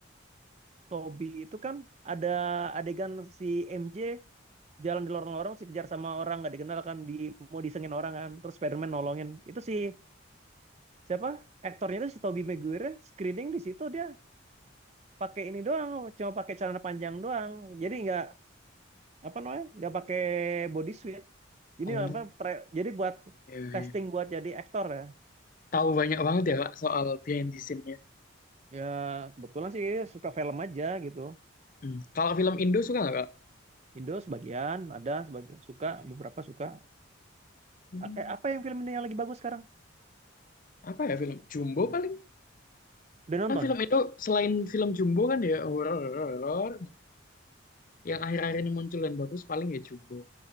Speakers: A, on the right; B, on the left.
A: Toby itu kan ada adegan si MJ jalan di lorong-lorong sih kejar sama orang nggak dikenal kan di mau disengin orang kan terus Spiderman nolongin itu si siapa aktornya itu si Tobey Maguire screening di situ dia pakai ini doang cuma pakai celana panjang doang jadi nggak apa namanya nggak pakai body suit ini
B: Oh,
A: apa tra- jadi buat
B: iya,
A: testing
B: iya.
A: buat jadi aktor ya
B: Tahu banyak banget ya Kak soal behind the scene-nya.
A: ya kebetulan sih suka film aja gitu
B: Hmm. Kalau film Indo suka nggak Kak?
A: Indo sebagian ada sebagian suka beberapa suka
B: Hmm,
A: eh, apa yang film Indo yang lagi bagus sekarang
B: Apa ya film Jumbo paling?
A: udah nonton
B: Kan film Indo selain film Jumbo kan ya horor horor. Yang akhir-akhir ini muncul dan bagus paling ya Jumbo.